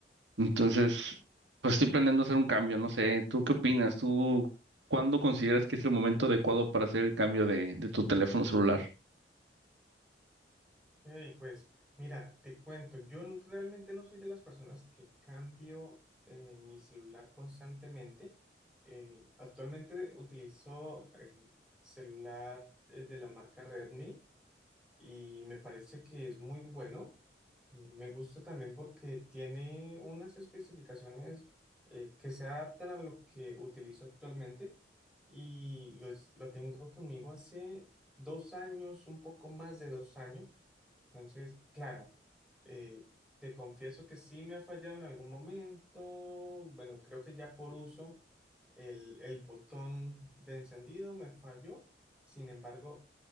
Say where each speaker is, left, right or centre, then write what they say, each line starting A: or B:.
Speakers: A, on the right; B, in the centre.
A: Entonces, pues estoy planeando hacer un cambio, no sé, ¿tú qué opinas? ¿Tú cuándo consideras que es el momento adecuado para hacer el cambio de, de tu teléfono celular?
B: Hey, pues mira, te cuento, yo n- realmente no soy de las personas que cambio eh, mi celular constantemente. Eh, actualmente utilizo eh, celular eh, de la marca Redmi. y me parece que es muy bueno. Y me gusta también porque tiene unas especificaciones eh, que se adaptan a lo que utilizo actualmente y lo, lo tengo conmigo hace dos años, un poco más de dos años, entonces, claro, eh, te confieso que sí me ha fallado en algún momento. Bueno, creo que ya por uso el, el botón de encendido me falló. Sin embargo,